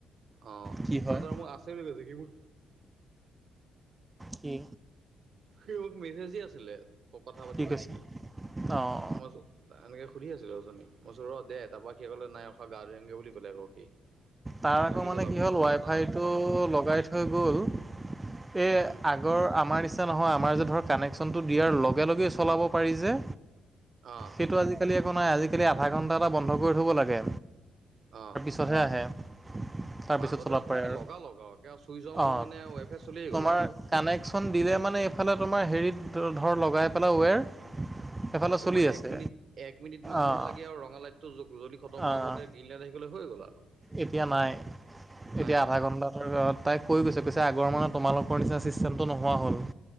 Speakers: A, on the right; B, on the right.
A: অ',
B: কি হয়
A: নহ তই মোক আছে বুলি কৈছে কি মোৰ
B: কি
A: সি মোক মেছেজ আছিলে কথা পাতিবা
B: কি কৈছে
A: নেকি
B: অঁ
A: মই এনেকৈ সুধিছিলোঁ জনী মই ৰ' দে তাৰৰা সি ক'লে নাই অখা গা ধুেগৈ বুলি ক'লে আকৌ সি তাৰপিছত
B: তাৰ আকৌ
A: থাকি
B: মানে
A: গ'ল আৰু
B: কি হ'ল
A: কথা নপতা
B: ৱাই ফাইটো
A: পতা নহ'ল
B: লগাই থৈ গ'ল এই
A: উম
B: আগ আগৰ আমাৰ নিচিনা নহয় আমাৰ যে ধৰ কানেকশ্যনটো দিয়াৰ লগে লগেই চলাব পাৰি যে
A: অ'।
B: সেইটো আজিকালি একো নাই আজিকালি আধা ঘন্টা এটা বন্ধ কৰি থব লাগে।
A: অ'।
B: চহে আহে। তাৰপিছত
A: অ', আগতে
B: চলাব
A: দেখোনে
B: পাৰে আৰু
A: লগাল লগ আৰু চুইচ অন'
B: অঁ
A: হ'ল মানে ৱাইফাই চলিয়েই
B: তোমাৰ
A: গ'ল আৰু।
B: কানেকশ্যন দিলে মানে এইফালে তোমাৰ হেৰিত ধৰ লগাই পেলাই ৱেৰ সেইফালে
A: অ', তোমাৰ
B: চলি আছে
A: এক মিনিট এক মিনিট মানহে
B: অঁ
A: লাগে আৰু ৰঙা লাইটটো জ্বলি খতম
B: অঁ
A: হোৱাৰ লগতে কিনিল থাকিলে হৈ গ'ল আৰু।
B: এতিয়া নাই এতিয়া
A: নাই ন
B: আধা ঘন্টা ধ তাই কৈ গৈছে কৈছে আগৰ মানে তোমালোকৰ নিচিনা চিষ্টেমটো নোহোৱা হ'ল